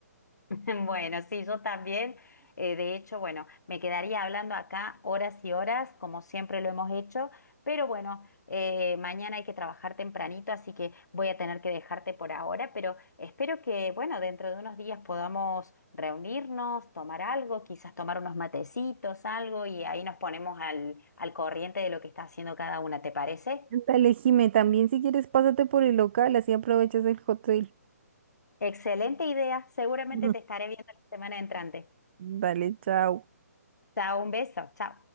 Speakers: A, on the left; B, on the right.
A: <laughs> Bueno, sí, yo también. Eh, de hecho, bueno, me quedaría hablando acá horas y horas, como siempre lo hemos hecho, pero bueno, eh, mañana hay que trabajar tempranito, así que voy a tener que dejarte por ahora, pero espero que, bueno, dentro de unos días podamos reunirnos, tomar algo, quizás tomar unos matecitos, algo, y ahí nos ponemos al, al corriente de lo que está haciendo cada una, ¿te parece?
B: Dale, Jimé, también si quieres pásate por el local, así aprovechas el hotel
A: Excelente idea, seguramente
B: <laughs>
A: te estaré viendo la semana entrante.
B: Vale, chao.
A: Chao, un beso, chao.